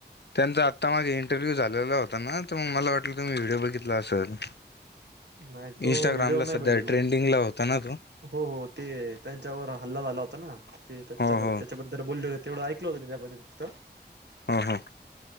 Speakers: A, on the left; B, on the right.
A: त्यांचां आत्तां मांगे इंटरव्ह्यू झालेलां होतां नां तरं मंग मलां वाटलं तुम्हीं व्हिडिओ बघितलां असलं.
B: नाही तो
A: इंस्टाग्रांमलां
B: व्हिडिओ नाही
A: संध्या
B: बघितला
A: ट्रेंडिंगलां
B: मी
A: होतां नां तो.
B: हो हो ते त्यांच्यावंर हल्लां झालां होतां नां तेच्यां
A: हो हो
B: त्यांच्याबद्दंल बोलले हो. तेवढं ऐकलं होतं त्याच्याबद्दल फक्त
A: हा हा